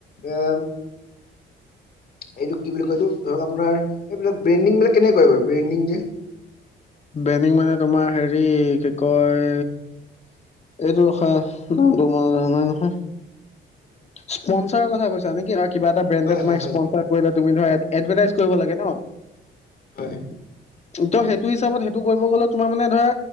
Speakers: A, on the left; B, on the left.
A: এ এইটোক কি বুলি কয় এইটো ধৰক আপোনাৰ এইবিলাক ব্ৰেণ্ডিং বিলাক কেনেক কৰে বাৰু ব্ৰেণ্ডিং যে।
B: ব্ৰেণ্ডিং মানে তোমাৰ হেৰি কি কয় এইটো হ ন নহয় স্পনচাৰৰ কথা কৈছা নেকি? কিবা এটা ব্ৰেণ্ডে
A: হয়
B: তোমাৰ
A: হয় হয়
B: স্পনছৰ কৰিলে তুমি ধৰা এডভেটাইজ কৰিব লাগে ন‌?
A: হয়
B: তোক ত সেইটো টো হিচাপত সেইটো কৰিব গ'লে তোমাৰ মানে ধৰা